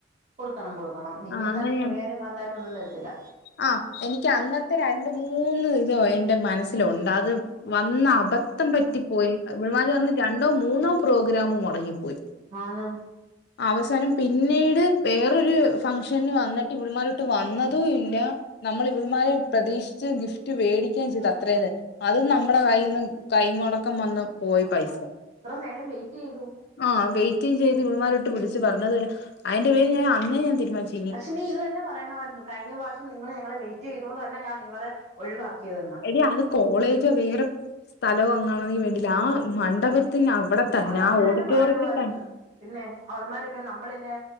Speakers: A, on the right (about 35°); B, on the left (about 60°).
A: കൊടുക്കണം കൊടുക്കണം ഇനി
B: ആഹ്
A: എന്തായാലും
B: അങ്ങനെ
A: ചൊറിയാനും
B: ഞാൻ
A: മാന്താനും ഒന്നും വരത്തില്ല
B: ആഹ് എനിക്ക് അന്നത്തെ രണ്ട് മൂന്ന് ഇതോ എന്റെ മനസ്സിലുണ്ട് അത് വന്ന അബദ്ധം പറ്റിപ്പോയി ഇവളുമാർ വന്ന് രണ്ടോ മൂന്നോ പ്രോഗ്രാമ് മുടങ്ങിപ്പോയി
A: ആന്ന്
B: അവസാനം പിന്നീട് വേറൊരു ഫംഗഷന് വന്നിട്ട് ഇവളുമാരോട്ട് വന്നതും ഇല്ല നമ്മള് ഇവളുമാരെ പ്രതീക്ഷിച്ച് ഗിഫ്റ്റ് വേടിക്കയും ചെയ്തു അത്രേന്ന് അതും നമ്മുടെ കൈൽ നിന്ന് കൈ മുടക്കം വന്ന് പോയി പൈസ
A: നെരം വെയിറ്റ് ചെയ്തു
B: ആഹ് വെയിറ്റും ചെയ്ത് ഇവൾമാരൊട്ട് വിളിച്ച് പറഞ്ഞതുല്ല. അയ്ന്റെ പേരിൽ ഞാൻ അന്നേ ഞാൻ തീരുമാനിച്
A: പക്ഷെ നീ ഇത് തന്നെ പറയണമായിരുന്നു. കഴിഞ്ഞ പ്രാവശ്യം നിങ്ങള് ഞങ്ങളെ വെയിറ്റ് ചെയ്തോണ്ട് അല്ല ഞാൻ നി നിക്കുന്നെ ങ്ങള് ഒഴിവാക്കിയതെന്ന്.
B: എടി അത് കോളേജോ വേറെ സ്ഥലവോ അങ്ങണന് വേണ്ടില്ല, ആ മണ്ഡപത്തിന്നവടെ തന്നെ
A: അത് അങ്ങനെ
B: ആ ഓഡിറ്റോറിയത്തി
A: പറയണമായിരുന്നു
B: തൻ
A: പിന്നെ അവള്മാരിപ്പം നമ്മളില്ലേ